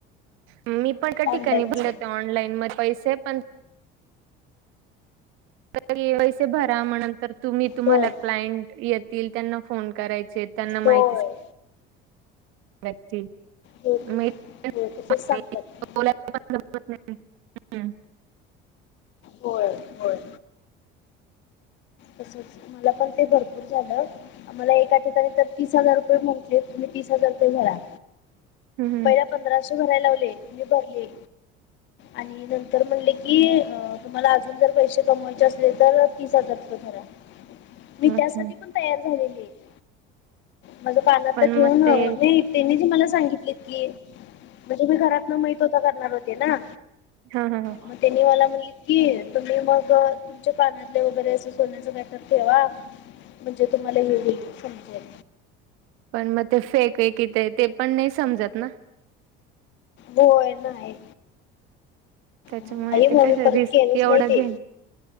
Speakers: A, on the right; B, on the left.
A: मी पण का
B: ऑनलाईनचे
A: ठिकाणी भरल ते ऑनलाईन म पैसे पण पैसे भरा म्हणंतर. तुम्ही तुम्हाला
B: होय
A: क्लायंट येतील त्यांना फोन करायचे त्यांना माहिती
B: होय
A: <unintelligible>
B: हो हो तसंच
A: <unintelligible>
B: सांगतात होय होय. तसच मला पण ते भरपूर झालं. आमला एका ठिकाणी तर तीस हजार रुपये म्हहिटले तुम्ही तीस हजार रुपये झाला.
A: हम्म
B: पहिला पंधराशे भरायला लावले मी भरले आणि नंतर म्हटले की तुम्हाला अजून जर पैसे कमवायचे असले तर तीस हजार घरा मी त्यासाठी
A: अच्छा
B: पण तयार झालेली आहे माझ पानात
A: पण
B: तर ठेवून
A: मग
B: नाही.
A: ते
B: त्यांनी ते मला सांगितलेत की म्हणजे मी घरात न माहित होता करणार. ना
A: हा हा हा
B: मग त्यांनीवाला म्हण. कि तुम्ही मग तुमच्या कानातले वगैरे सोन्याचा वेटर ठेवा म्हणजे तुम्हाला हे होईल समजेल.
A: पण मग ते फेक वेक इथ ते पण नाही समजत ना.
B: होय ना.
A: त्याच्यामुळे
B: नाही
A: ते
B: म
A: काय
B: मी परत
A: रिस्क
B: केलच
A: एवढं
B: नाही ते
A: घे